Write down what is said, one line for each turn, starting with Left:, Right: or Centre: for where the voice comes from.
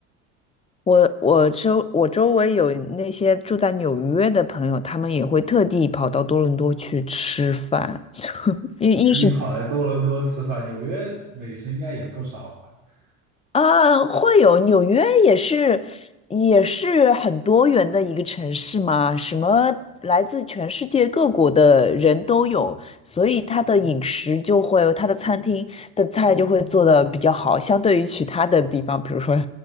Left: <laughs> 我我周我周围有那些住在纽约的朋友，他们也会特地跑到多伦多去吃饭，<laughs> 因为一是
Right: 特地跑来多伦多吃饭，纽约美食应该也不少吧？<laughs>
Left: 啊，会有纽约也是，也是很多元的一个城市嘛，什么来自全世界各国的人都有，所以它的饮食就会，它的餐厅的菜就会做的比较好，相对于其他的地方，比如说